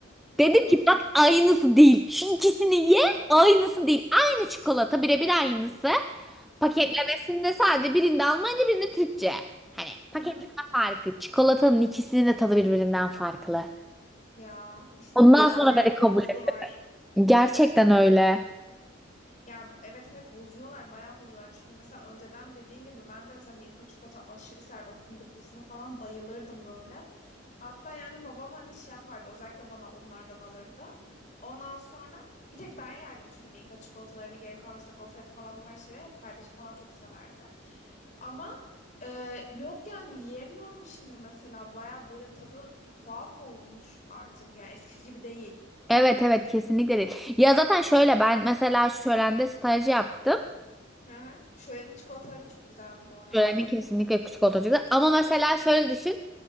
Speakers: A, in the centre; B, on the left.
A: Dedim
B: Tamam.
A: ki bak aynısı değil. Şu ikisini ye aynısı değil. Aynı çikolata birebir aynısı. Paketlemesinde
B: Hı hı.
A: sadece birinde Almanca birinde Türkçe. Hani paketleme
B: Hı hı.
A: farkı. Çikolatanın ikisinin de tadı birbirinden farklı.
B: Ya işte
A: Ondan
B: yani
A: sonra
B: bilerek
A: beni kabul
B: bozdular.
A: et. Gerçekten öyle.
B: Ya evet evet bozuyorlar bayağı bozuyorlar. Çünkü mesela önceden dediğin gibi ben de mesela Milka çikolata aşırı severdim. O Fındıklısına falan bayılırdım böyle. Hatta yani babam hani şey yapardı özellikle bana onlardan alırdı. Ondan sonra bir tek ben yerdim çünkü Milka çikolatalarını geri kalan işte gofret falan tarz şeyler hep kardeşim falan çok severdi. Ama e, yok yani yiyemiyorum şimdi mesela bayağı böyle tadı bir tuhaf olmuş artık yani eskisi gibi değil.
A: Evet evet kesinlikle değil. Ya zaten şöyle ben mesela şölende staj yaptım.
B: Hı hı. Şölenin çikolataları da çok güzeldi bu arada.
A: Şöleni kesinlikle küçük olacak. Ama mesela şöyle düşün.